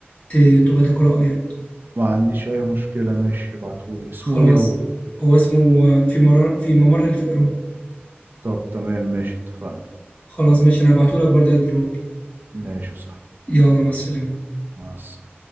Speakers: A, on the left; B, on the right.
A: ت- تبقى تقرأه يعني
B: ما عنديش اي مشكلة ماشي ابعتهولي اسمه
A: خلاص
B: ايه هو
A: هو اسمه آه، في مرار في ممر الفئران
B: طب تمام ماشي اتفقنا
A: خلاص ماشي انا هبعتهولك برضه دلوقتي
B: ماشي يا صاحبي
A: يلا مع السلامة
B: مع السلامة